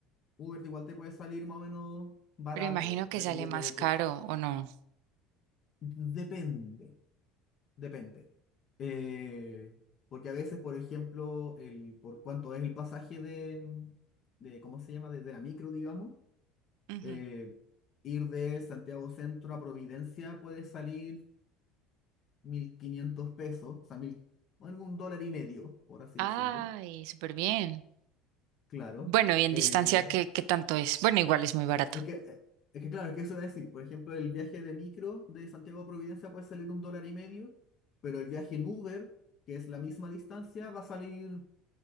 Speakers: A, on the left (about 45°); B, on the right (about 75°).
A: Uber igual te puede salir más o menos barato,
B: Pero imagino que
A: dependiendo
B: sale más
A: de
B: caro,
A: qué es.
B: ¿o no?
A: Depende, depende. Eh, porque a veces, por ejemplo, el, por cuánto es el pasaje de, de ¿cómo se llama? Desde la micro, digamos.
B: Ujú.
A: eh, ir de Santiago Centro a Providencia puede salir 1.500 pesos, o sea, mil, bueno, un dólar y medio, por así
B: Ay,
A: decirlo.
B: súper bien.
A: Claro.
B: Bueno, y en
A: Eh,
B: distancia, ¿qué, qué tanto es? Bueno, igual es muy barato.
A: Es que, eh, es que claro, es que eso es decir, por ejemplo, el viaje de micro de Santiago a Providencia puede salir un dólar y medio, pero el viaje en Uber, que es la misma distancia, va a salir